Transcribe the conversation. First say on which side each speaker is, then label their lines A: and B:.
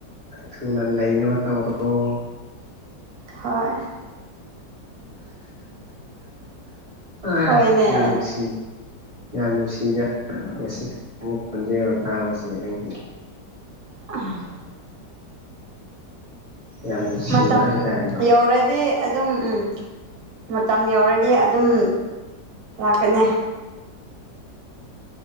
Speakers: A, on the right; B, on the right.
A: ꯊꯨꯅ ꯂꯩꯅꯕ ꯇꯧꯔꯣ
B: ꯍꯣꯏ
A: ꯑꯥ
B: ꯍꯣꯏꯅꯦ
A: ꯌꯥꯝ ꯅꯨꯡꯁꯤ ꯌꯥꯝ ꯅꯨꯡꯁꯤꯗ ꯉꯁꯤ ꯑꯃꯨꯛ ꯈꯣꯟꯖꯦꯜ ꯇꯥꯕꯁꯦ ꯅꯪꯒꯤ
B: ꯎꯝ
A: ꯌꯥꯝ ꯅꯨꯡꯁꯤꯕ
B: ꯃꯇꯝ
A: ꯍꯥꯏꯇꯥꯔꯦꯀꯣ
B: ꯌꯧꯔꯗꯤ ꯑꯗꯨꯝ ꯎꯝ ꯃꯇꯝ ꯌꯧꯔꯗꯤ ꯑꯗꯨꯝ ꯂꯥꯛꯀꯅꯤ